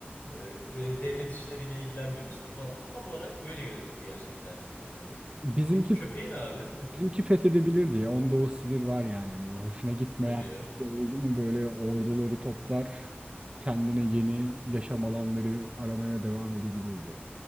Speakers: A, on the left (about 45°); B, on the right (about 25°).
A: E, Böyle devlet işleriyle ilgilenmemiştir falan. Tam olarak böyle yönetirdi gerçekten dünyayı.
B: Bizimki
A: Peki köpeğin abi?
B: Bizimki fethedebilir diye. Onda o sinir var yani. Hani hoşuna gitmeyen
A: Hadi ya.
B: bir şey oldu mu böyle orduları toplar. Kendine yeni yaşam alanları aramaya devam edebilirdi.